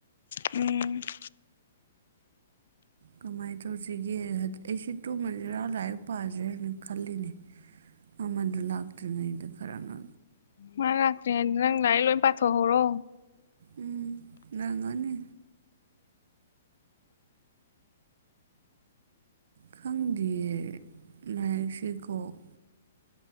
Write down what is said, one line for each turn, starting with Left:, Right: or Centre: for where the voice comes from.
Left: ꯎꯝ <inaudible>
Right: ꯀꯃꯥꯏꯅ ꯇꯧꯁꯤꯒꯦ ꯑꯩ ꯁꯤ ꯇꯨ ꯃꯟꯖꯔꯥ ꯂꯥꯏꯛ ꯄ ꯐꯗ꯭ꯔꯦ ꯍꯥꯏꯅ ꯈꯜꯂꯤꯅꯦ ꯑꯃꯗꯨ ꯂꯥꯛꯇ꯭ꯔꯤꯉꯩꯗ ꯈꯔ ꯉ
Left: ꯃꯥ ꯂꯥꯛꯇ꯭ꯔꯤ ꯍꯥꯏꯗꯤ ꯅꯪ ꯂꯥꯏ ꯂꯣꯏ ꯄꯥꯊꯣꯛꯍꯣꯔꯣ
Right: ꯎꯝ ꯅꯪꯉꯅꯤ ꯈꯪꯗꯤꯅ ꯁꯤ ꯀꯧꯕ